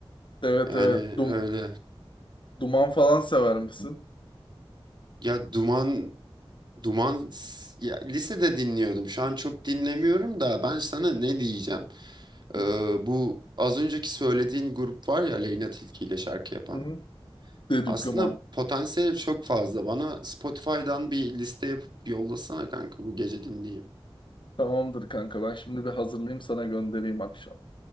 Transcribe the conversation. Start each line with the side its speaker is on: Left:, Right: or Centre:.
Left: Evet
Right: Yani
Left: evet. Dum-
Right: öyle.
Left: duman falan sever misin?
Right: Ya Duman Duman s- ya, lisede dinliyordum. Şu an çok dinlemiyorum da ben sana ne diyeceğim? Ee,
Left: Hı hı.
Right: bu az önceki söylediğin grup var ya Leyna Tilki ile şarkı yapan.
Left: Hı hı. Dedüklüman.
Right: Aslında potansiyeli çok fazla. Bana Spotify'dan bir liste yapıp yollasana kanka bu gece dinleyeyim.
Left: Tamamdır kanka ben şimdi bir hazırlayayım sana göndereyim akşam.